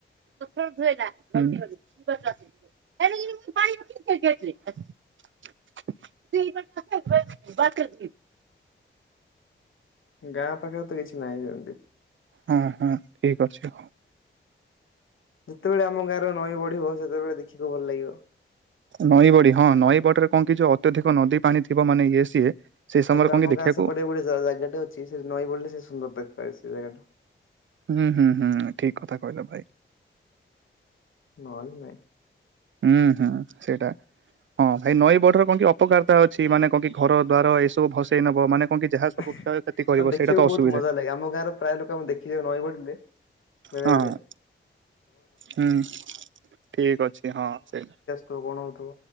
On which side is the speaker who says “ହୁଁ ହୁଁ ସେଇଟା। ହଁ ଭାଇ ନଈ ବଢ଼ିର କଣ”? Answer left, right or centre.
Right